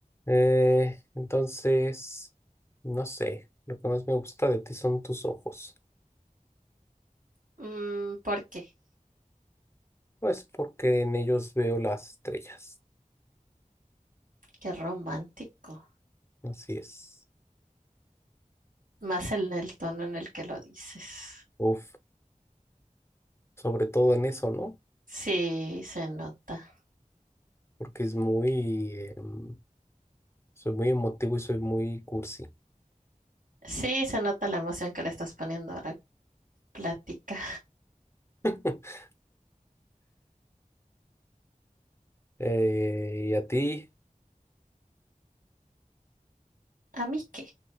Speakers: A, on the left; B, on the right.
A: Eh, entonces, no sé, lo que más me gusta de ti son tus ojos.
B: Mm, ¿por qué?
A: Pues porque en ellos veo las estrellas.
B: Qué romántico.
A: Así es.
B: Más en el tono en el que lo dices.
A: Uf, sobre todo en eso, ¿no?
B: Sí, se nota.
A: Porque es muy, em, soy muy emotivo y soy muy cursi.
B: Sí, se nota la emoción que le estás poniendo a la plática.
A: <laughs> Eh, ¿y a ti
B: ¿A mí qué?